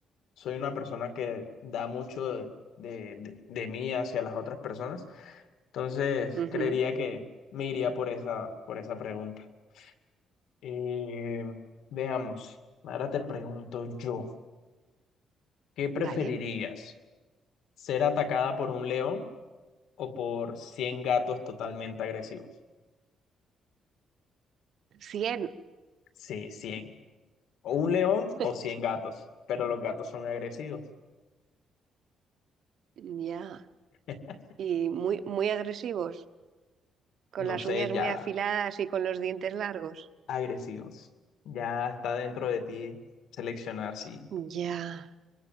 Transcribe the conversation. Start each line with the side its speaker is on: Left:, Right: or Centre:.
Left: soy una persona que da mucho de, de- de- de mí hacia las otras personas. Entonces,
Right: Ujú,
Left: creería que me iría por esa, por esa pregunta. Eh, veamos, ahora te pregunto yo, ¿qué preferirías?
Right: Vale.
Left: ¿Ser atacada por un león o por 100 gatos totalmente agresivos?
Right: cien
Left: Sí, cien O un león
Right: <laughs>
Left: o 100 gatos, pero los gatos son agresivos.
Right: Ya.
Left: <laughs>
Right: Y muy, muy agresivos, con las
Left: No
Right: uñas
Left: sé,
Right: muy
Left: ya
Right: afiladas y con los dientes largos.
Left: agresivos. Ya está dentro de ti seleccionar si
Right: Ya.